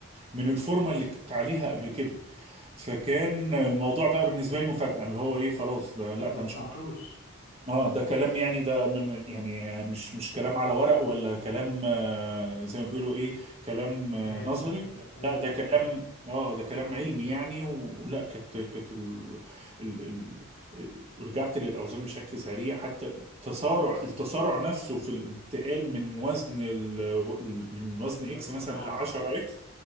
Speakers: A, on the right; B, on the left.
A: من الفورمة اللي كنت عليها قبل كده فكان
B: مم.
A: الموضوع بقى بالنسبه لي مفاجاه اللي هو ايه خلاص ده
B: ما
A: لا
B: توقعتوش
A: ده مش اه ده كلام يعني ده من يعني مش مش كلام على ورق ولا كلام آه، زي ما بيقولوا ايه كلام آه،
B: اهاوي
A: نظري
B: كده كلام
A: لا
B: بيتقال
A: ده كلام
B: اهو
A: اه ده كلام علمي يعني ولا كانت كانت ال... ال... ال... ال- رجعت للاوزان بشكل سريع حتى التسارع التسارع نفسه في الانتقال من وزن ال... ال- من وزن
B: الوزن
A: اكس مثلا
B: اعلى
A: ل 10 اكس